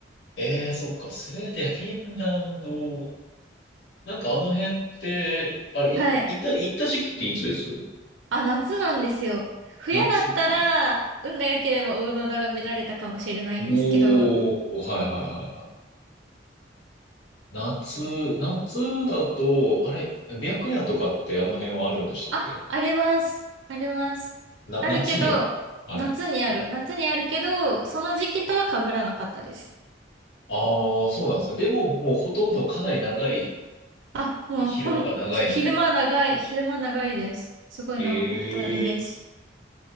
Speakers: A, on the left; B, on the right.
A: ええそっか、スウェーデン、フィンランド、なんかあの辺って、あれ、い行った、
B: はい。
A: 行った時期っていつです
B: あ、夏なんですよ。冬だったら、
A: 夏か。
B: 運が良ければオーロラが見られたかもしれないんですけど。
A: おお、はいはいはいはい。夏、夏だと、あれ、白夜とかってあの辺はあるんでしたっけ
B: あ、あります。あります。
A: な、
B: あるけど、
A: 夏にある。はい。
B: 夏にある。夏にあるけど、その時期とは被らなかったです。
A: ああ、そうなんですね。でも、もうほとんどかなり長い、
B: あ、もうほん、
A: 昼間が長いみたいな感じ。
B: 昼間長い、昼間長いです。すごい長かったイメージ。
A: ええ